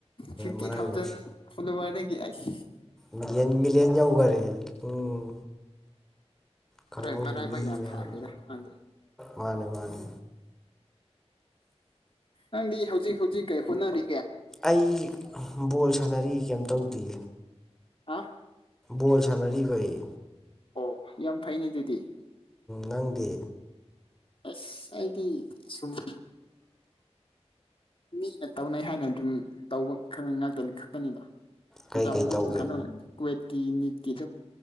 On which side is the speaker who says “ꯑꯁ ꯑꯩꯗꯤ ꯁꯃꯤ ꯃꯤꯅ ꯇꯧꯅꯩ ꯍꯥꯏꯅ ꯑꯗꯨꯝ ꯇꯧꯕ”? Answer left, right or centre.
Left